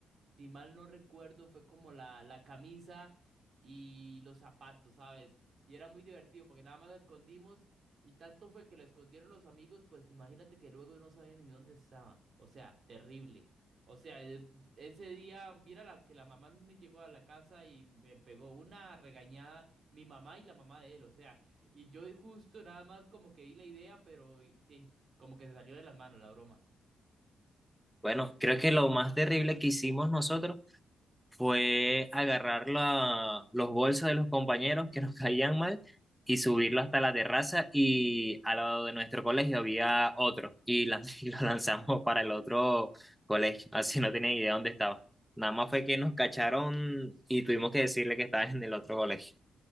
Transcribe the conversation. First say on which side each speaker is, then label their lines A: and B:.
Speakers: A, on the right (about 40°); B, in the centre.
A: si mal no recuerdo, fue como la, la camisa y los zapatos, ¿sabes? Y era muy divertido porque nada más lo escondimos y tanto fue que lo escondieron los amigos, pues imagínate que luego no sabían ni dónde estaba. O sea, terrible. O sea, e- ese día, mira la, que la mamá me llegó a la casa y me pegó una regañada mi mamá y la mamá de él, o sea, y yo justo nada más como que di la idea, pero y- y como que se salió de las manos la broma.
B: Bueno, creo que lo más terrible que hicimos nosotros fue agarrar la- los bolsos de los compañeros que nos <laughs> caían mal y subirlo hasta la terraza y al lado de nuestro colegio había otro y, lan- <laughs> y lo lanzamos para el otro colegio, así no tenía idea dónde estaba. Nada más fue que nos cacharon y tuvimos que decirle que estaba en el otro colegio.